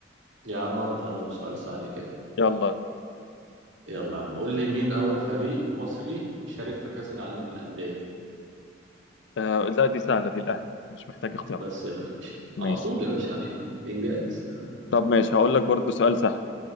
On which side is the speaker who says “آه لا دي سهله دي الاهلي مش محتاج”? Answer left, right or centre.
Left